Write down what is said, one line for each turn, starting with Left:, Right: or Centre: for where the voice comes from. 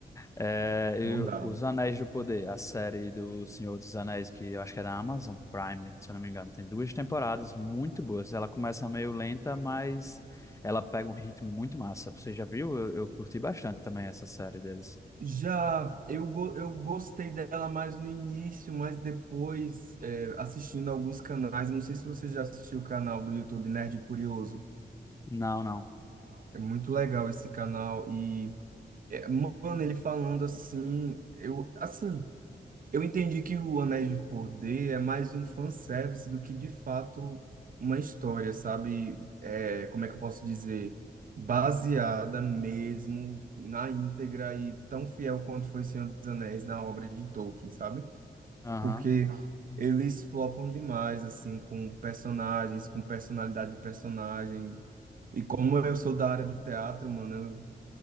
Left: É, e
Right: não
Left: o-
Right: dava.
Left: Os Anéis do Poder, a série do Senhor dos Anéis, que eu acho que é da Amazon Prime, se eu não me engano, tem duas temporadas muito boas. Ela começa meio lenta, mas ela pega um ritmo muito massa. Você já viu? Eu, eu curti bastante também essa série deles.
Right: Já eu, go- eu gostei dela mais no início, mas depois, é, assistindo alguns canais, não sei se você já assistiu o canal do YouTube Nerd Curioso.
Left: Não, não.
Right: É muito legal esse canal e, é, mano, ele falando assim, eu, assim, eu entendi que o Anéis de Poder é mais um fanservice do que de fato uma história, sabe? É, como é que eu posso dizer? Baseada mesmo na íntegra e tão fiel quanto foi Senhor dos Anéis na obra de Tolkien, sabe?
Left: Aham.
Right: Porque eles flopam demais, assim, com personagens, com personalidade de personagem. E como eu sou da área do teatro, mano, eu-